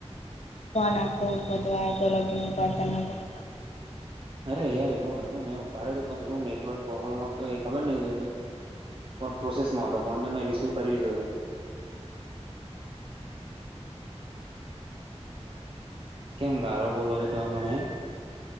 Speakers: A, on the left; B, on the right.
A: ફન આખો ઉપતવાય તો લગીને પડતા ન હતા
B: અરે યાર એવું નતું મેં ઉપાડ તો પણ થોું નેટવર્ક પ્રોબ્લેમત એ ખબર નહું પ્રોસેસમાં હતો ફોન તો મેં રિસીવ કરી લીધો હતો કેમ ગારો બોલો છો તમે મને